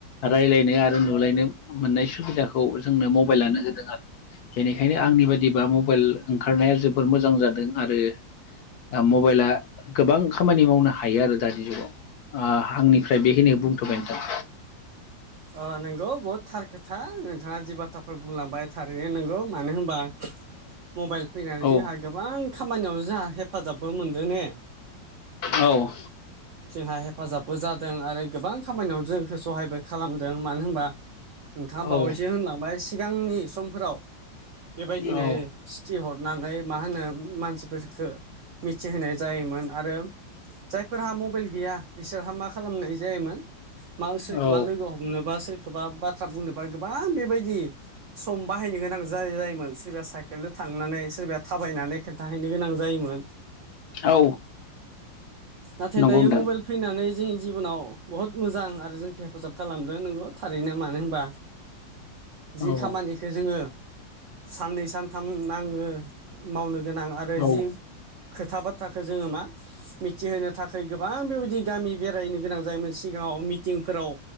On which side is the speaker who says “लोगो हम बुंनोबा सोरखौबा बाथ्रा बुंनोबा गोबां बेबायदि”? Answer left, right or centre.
Right